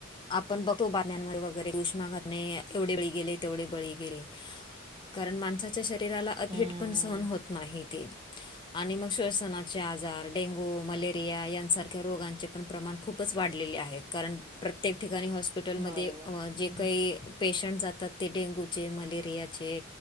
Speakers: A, on the left; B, on the right.
A: आपण बघतो बातम्या मध्ये वगैरे उष्मा घाताने एवढे बळी गेले तेवढे बेळी गेले. कारण माणसाच्या शरीराला अतिट
B: हं.
A: पण सहन होत नाहीत. आणी मग स्वसणाचे आजार, डेंगू, मलेरि या सारख्या रोगाचे पण प्रमाण खूप च वाढलेले आहे कारण प्रत्येक ठिकाणी हॉस्पि हॉस्पिटलमध्ये
B: बरोबर. हं,
A: जे काही
B: हं.
A: पेशंट जातात ते डेंगूचे, मलेरियाचे